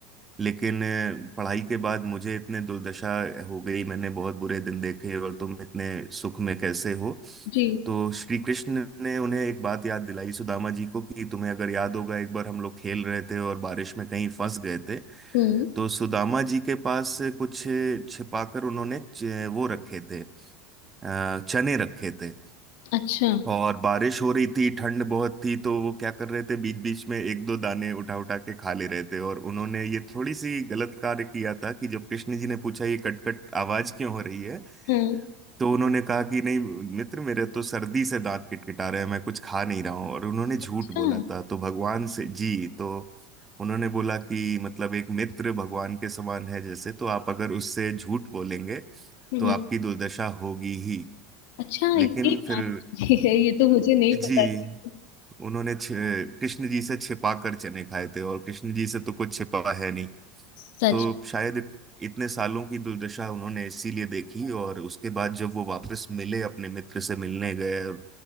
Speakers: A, on the right; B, on the left.
A: लेकिन अ, पढ़ाई के बाद मुझे इतने दुर्दशा हो गई मैंने बहुत बुरे दिन देखे और तुम इतने सुख में कैसे हो
B: जी
A: तो श्री कृष्ण ने उन्हें एक बात याद दिलाई सुदामा जी को कि तुम्हें अगर याद होगा एक बार हम लोग खेल रहे थे और बारिश में कहीं फंस गए थे
B: हम्म
A: तो सुदामा जी के पास कुछ छिपाकर उन्होंने च- वो रखे थे अ, चने रखे थे
B: अच्छा
A: और बारिश हो रही थी ठंड बहुत थी तो वो क्या कर रहे थे बीच बीच में एक दो दाने उठा उठा के खा ले रहे थे और उन्होंने ये थोड़ी सी गलत कार्य किया था कि जब कृष्ण जी ने पूछा ये कट कट आवाज क्यों हो रही है
B: हम्म
A: तो उन्होंने कहा कि नहीं मित्र मेरे तो सर्दी से दांत किटकिटा रहे हैं मैं कुछ खा नहीं रहा हूँ और उन्होंने झूठ
B: अच्छा
A: बोला था तो भगवान से जी तो उन्होंने बोला कि मतलब एक मित्र भगवान के समान है जैसे तो आप अगर उससे झूठ बोलेंगे
B: हम्म
A: तो आपकी दुर्दशा होगी ही
B: अच्छा
A: लेकिन
B: ये
A: फिर
B: बात है ये तो मुझे नहीं
A: जी
B: पता थी
A: उन्होंने छ- कृष्ण जी से छिपा कर चने खाए थे और कृष्ण जी से तो कुछ छिपा है नहीं।
B: सच
A: तो शायद इत, इतने सालों की दुर्दशा उन्होंने इसीलिए देखी और उसके बाद जब वो वापस मिले अपने मित्र से मिलने गए और